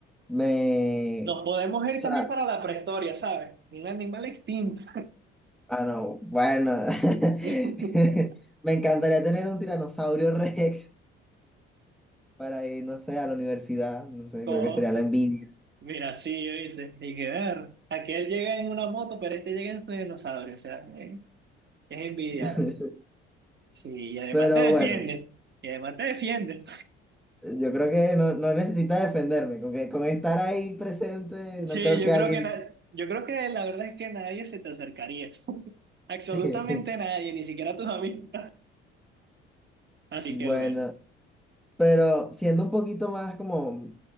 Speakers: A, in the centre; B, on the right.
A: Me...
B: Nos podemos ir
A: o sea,
B: también para la prehistoria, ¿sabes? Un animal extinto.
A: Ah, no, bueno. <laughs>
B: <laughs>
A: Me encantaría tener un tiranosaurio <laughs> Rex para ir, no sé, a la universidad. No sé,
B: Cojo.
A: creo que sería la envidia.
B: Mira, sí, oíste. Hay que ver. Aquel llega en una moto, pero este llega en su dinosaurio. O sea, eh, es envidiable.
A: <laughs>
B: Sí, y además
A: Pero
B: te defiende.
A: bueno,
B: Y además te defiende.
A: yo creo que no, no necesita defenderme. Con que, con estar ahí presente, no
B: Sí,
A: creo
B: yo
A: que
B: creo
A: alguien.
B: que na- yo creo que la verdad es que nadie se te acercaría. <laughs> Absolutamente
A: <laughs>
B: nadie, ni siquiera tus amigos. <laughs> Así
A: Bueno,
B: que bueno.
A: pero siendo un poquito más como.